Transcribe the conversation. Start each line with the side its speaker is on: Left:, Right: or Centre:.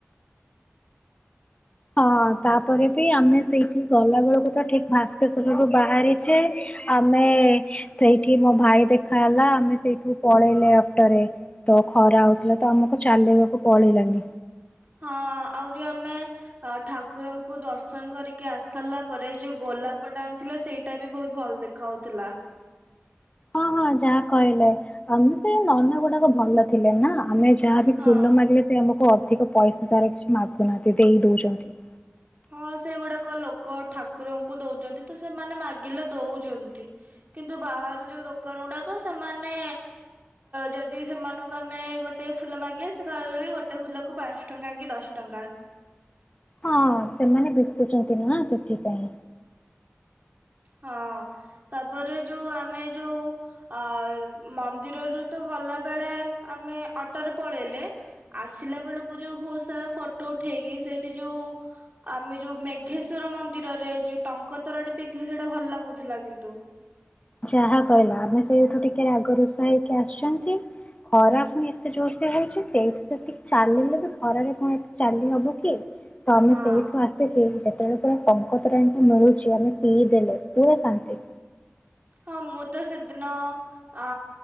Left: ହଁ ତାପରେ ବି ଆମେ ସେଇଠି ଗଲା ବେଳକୁ ତ ଠିକ ଭାସ୍କେଶ୍ଵରରୁୁ ବାହାରିଛେ ଆମେ ସେଇଠି ମୋ ଭାଇ ଦେଖା ହେଲା ଆମେ ସେଇଠୁ ପଳେଇଲେ ଅଟୋରେ ତ ଖରା ହଉଥିଲା ତ ଆମକୁ ଚାଲିବାକୁ ପଡ଼ିଲାନି।
Right: ହଁ ଆଉ ଯୋଉ ଆମେ ଅ ଠାକୁରଙ୍କୁ ଦର୍ଶନ କରିକି ଆସିସାରିଲା ପରେ ଯୋଉ ଗୋଲାପଟା ଆଣିଥିଲେ ସେଇଟା ବି ବହୁତ ଭଲ ଦେଖାହଉଥିଲା।
Left: ହ ହଁ ଯାହା କହିଲେ ଆମେ ସେ ନନା ଗୁଡାକ ଭଲ ଥିଲେ ନା ଆମେ ଯାହାବି
Right: ହଁ।
Left: ଫୁଲ ମାଗିଲେ ସେ ଆମକୁ ଅ ଅଧିକ ପଇସା ତାର କିଛି ମାଗୁନାହାନ୍ତି ଦେଇ ଦଉଛନ୍ତି।
Right: ହଁ ସେଗୁଡାକ ଲୋକ ଠାକୁରଙ୍କୁ ଦଉଛନ୍ତି ତ ସେମାନେ ମାଗିଲେ ଦଉଛନ୍ତି କିନ୍ତୁ ବାହାରୁ ଯୋଉ ଦୋକାନ ଗୁଡାକ ସେମାନେ ଯଦି ସେମାନଙ୍କୁ ଆମେ ଗୋଟେ ଫୁଲ ମାଗିବା ସେ କହିବେ କି ଗୋଟେ ଫୁଲକୁ ପାଞ୍ଚ ଟଙ୍କା କି ଦଶ ଟଙ୍କା।
Left: ହଁ ସେମାନେ ବିକୁଛନ୍ତି ନା ସେଥିପାଇଁ।
Right: ହଁ ତାପରେ ଯୋଉ ଆମେ ଯୋଉ ଅ ମନ୍ଦିରରୁ ତ ଗଲା ବେଳେ ଆମେ ଅଟୋରେ ପଳେଇଲେ ଆସିଲା ବେଳକୁ ଯୋଉ ବହୁତ ସାରା ଫଟୋ ଉଠେଇକି ସେଇଠି ଯୋଉ ଆମେ ଯୋଉ ମେଘେଶ୍ଵର ମନ୍ଦିରରେ ଯୋଉ ଟଙ୍କତୋରାଣୀ ପି ଥିଲେ ସେଇଟା ଭଲ ଲାଗୁଥିଲା କିନ୍ତୁ।
Left: ଯାହା କହିଲା ଆମେ ସେଇଠୁ ଟିକେ ରାଗ ରୋଷ ହେଇକି ଆସିଛନ୍ତି ଖରା ପୁଣି ଏତେ ଜୋର ସେ ହଉଛି ସେଇଠୁ ସେତି ଚାଲିଲେ ବି ଖରାରେ କଣ ଏତେ ଚାଲିହବ କି? ତ ଆମେ
Right: ହଁ
Left: ସେଉଠୁ ଆସିକି ଯେତେବେଳେ ପୁଣି ଟଙ୍କ ତୋରାଣୀ ଟି ମିଳୁଛି ଆମେ ପିଇ ଦେଲେ କି ଶାନ୍ତି।
Right: ହଁ ମୁଁ ତ ସେଦିନ ଆ